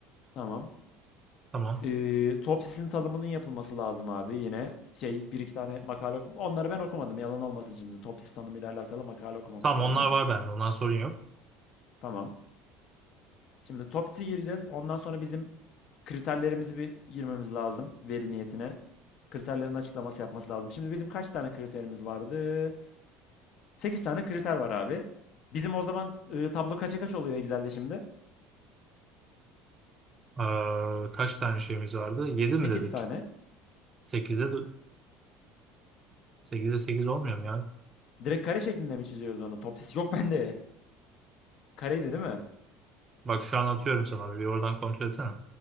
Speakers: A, on the left; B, on the right.
A: tamam.
B: Tamam.
A: Ee, topsisin tanımının yapılması lazım abi. Yine şey bir iki tane makale okum Onları ben okumadım yalan olmasın şimdi. Topsis tanımıyla alakalı makale okumamız
B: Tamam
A: lazım.
B: onlar var bende. Ondan sorun yok.
A: Tamam. Şimdi Tops'i gireceğiz. Ondan sonra bizim kriterlerimizi bir girmemiz lazım veri niyetine. Kriterlerin açıklaması yapması lazım. Şimdi bizim kaç tane kriterimiz vardı? 8 tane kriter var abi. Bizim o zaman e, tablo kaça kaç oluyor Excel'de şimdi?
B: Ee, kaç tane şeyimiz vardı? 7
A: 8
B: mi dedik?
A: tane.
B: 8'e Sekize 8 olmuyor mu ya?
A: Direkt kare şeklinde mi çiziyoruz onu? Topsis yok bende. Kareydi değil mi?
B: Bak şu an atıyorum sana. Bir oradan kontrol etsene.